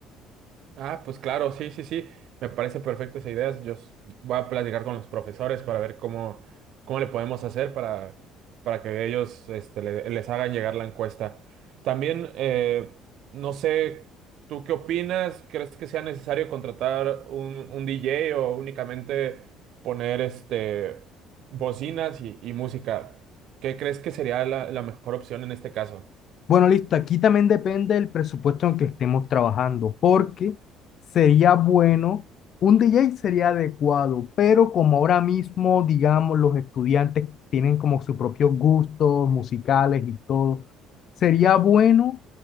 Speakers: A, on the right (about 65°); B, on the left (about 55°).
A: Ah, pues claro, sí, sí, sí. Me parece perfecto esa idea. Yo s- voy a platicar con los profesores para ver cómo, cómo le podemos hacer para, para que ellos este, le- les hagan llegar la encuesta. También, eh, no sé, ¿tú qué opinas? ¿Crees que sea necesario contratar un, un DJ o únicamente poner este, bocinas y, y música? ¿Qué crees que sería la la mejor opción en este caso?
B: Bueno, listo. Aquí también depende del presupuesto en el que estemos trabajando, porque sería bueno, un DJ sería adecuado, pero como ahora mismo, digamos, los estudiantes tienen como sus propios gustos musicales y todo, sería bueno